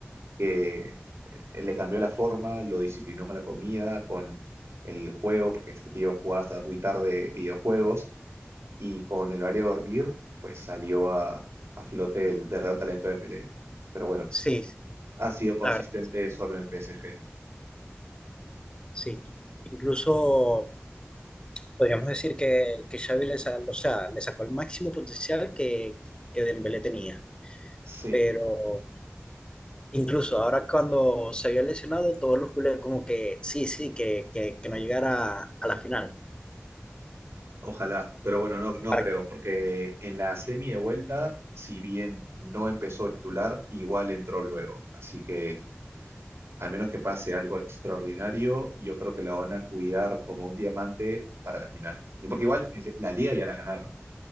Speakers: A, on the right; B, on the left.
A: que eh, le cambió la forma, lo disciplinó con la comida, con el juego, porque este tío jugaba hasta muy tarde videojuegos y con el área de dormir, pues salió a, a flote el verdadero talento de Dembélé. Pero bueno,
B: Sí, sí,
A: ha sido consistente
B: la verdad,
A: solo en el PSG.
B: sí. Incluso podríamos decir que, que Xavi le, sa- o sea, le sacó el máximo potencial que, que Dembélé tenía,
A: Sí,
B: pero Incluso ahora cuando se había lesionado, todos los culés como que sí, sí, que, que, que no llegara a la final.
A: ojalá. Pero bueno, no, no
B: Para
A: creo,
B: que,
A: porque en la semi de vuelta, si bien no empezó titular, igual entró luego. Así que, al menos que pase algo extraordinario, yo creo que la van a cuidar como un diamante para la final. Y porque igual eh, la liga ya la ganaron.